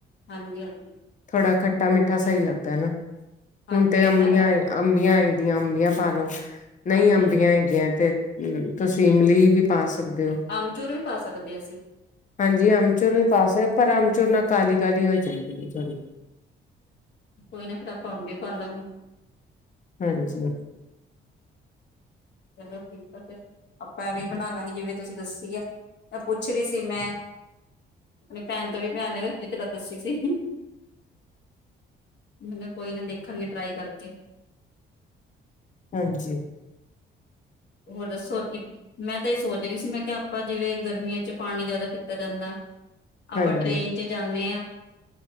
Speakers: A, on the left; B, on the left.
A: ਹਾਂਜੀ ਹਾਂਜੀ
B: ਥੋੜ੍ਹਾ ਖੱਟਾ ਮਿੱਠਾ ਸਹੀ ਲੱਗਦਾ ਹਨਾ
A: ਹਾਂਜੀ
B: ਹੁਣ ਤੇ
A: ਇਹ
B: ਅੰਬੀਆਂ
A: ਤਾਂ ਹੈ
B: ਆਈ ਅੰਬੀਆਂ ਆਈ ਦੀਆਂ ਅੰਬੀਆਂ ਪਾ ਲੋ ਨਹੀਂ
A: ਹਾਂਜੀ
B: ਅੰਬੀਆਂ
A: ਹ
B: ਹੈਗੀਆਂ ਤੇ ਹਮ ਤੁਸੀਂ ਇਮਲੀ ਵੀ ਪਾ ਸਕ ਸਕਦੇ ਹੋ
A: ਆਮਚੂਰ ਵੀ ਪਾ ਸਕਦੇ ਅਸੀਂ
B: ਹਾਂਜੀ ਅਮਚੁਰ ਪਾਸੇ ਪਰਮ ਚੂਰਨਾ ਕਾਹਲੀ ਕਾਹਲੀ ਹੋ ਜਾਂਦੀ ਹੈ ਥੋੜ੍ਹੀ
A: ਕੋਈ ਨਾ ਫੇਿਰ ਆਪਾਂ ਕੰਮ ਵੀ ਕਰ ਲਾਂਗੇ
B: ਹਾਂਜੀ ਹਾਂਜੀ
A: ਚਲੋ ਠੀਕ ਆ ਫਿਰ ਆਪਾਂ ਐਵੇਂ ਬਣਾ ਲਾਂਗੇ ਜਿਵੇਂ ਤੁਸੀਂ ਦੱਸੀ ਆ ਤਾਂ ਪੁੱਛ ਰਹੀ ਸੀ ਮੈਂ ਆਪਣੀ ਭੈਣ ਤੋਂ ਵੀ ਭਿਆਨ ਦੂਜੀ ਤੇਰਾ ਦੱਸੀ ਸੀ ਮੈਂ ਕੋਈ ਨਾ ਦੇਖਾਂਗੇ ਟਰਾਈ ਕਰਕੇ
B: ਹਾਂਜੀ
A: ਹੋਰ ਦੱਸੋ ਕੀ ਮੈਂ ਤਾਂ ਏ ਸੋਚ ਰਹੀ ਸੀ ਮੈਂ ਕਿ ਆਪਾਂ ਜਿਵੇਂ ਗਰਮੀਆਂ ਚ ਪਾਣੀ ਜਿਆਦਾ ਪੀਤਾ ਜਾਂਦਾ ਆਪਾਂ
B: ਹਾਂਜੀ
A: ਟਰੇਨ ਚ ਜਾਂਨੇ ਆ